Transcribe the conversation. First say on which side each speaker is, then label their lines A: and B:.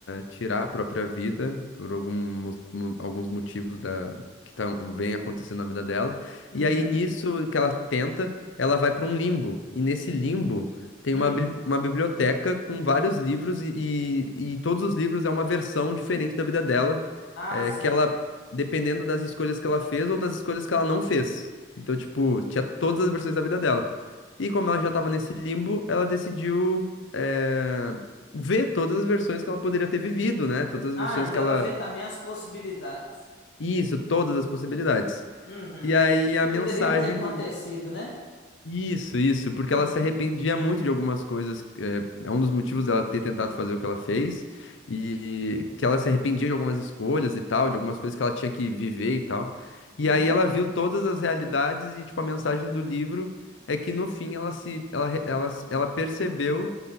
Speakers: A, on the left (about 85°); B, on the left (about 65°).
A: tirar a própria vida por alguns, mo- alguns motivos da, que tão, vem acontecendo na vida dela.
B: Uhum.
A: E aí, nisso que ela tenta, ela vai para um limbo. E nesse limbo tem
B: Hum.
A: uma, bi- uma biblioteca com vários livros, e, e, e todos os livros é uma versão diferente da vida dela,
B: Ah,
A: é,
B: sim.
A: que ela, dependendo das escolhas que ela fez ou das escolhas que ela não fez. Então, tipo, tinha todas as versões da vida dela. E como ela já estava nesse limbo, ela decidiu eh, ver todas as versões que ela poderia ter vivido, né? Todas as
B: Ah,
A: versões
B: então
A: que ela.
B: ela vê também as possibilidades.
A: Isso, todas as possibilidades.
B: Uhum.
A: E aí
B: que
A: a
B: poderiam
A: mensagem
B: ter acontecido,
A: do
B: né?
A: Isso, isso, porque
B: Uhum.
A: ela se arrependia muito de algumas coisas. É, é um dos motivos dela ter tentado fazer o que ela fez, e que ela se arrependia de algumas escolhas e tal, de algumas coisas que ela tinha que viver e tal. E
B: Uhum.
A: aí ela viu todas as realidades e, tipo, a mensagem do livro é que no fim ela se, ela, re- ela, se- ela percebeu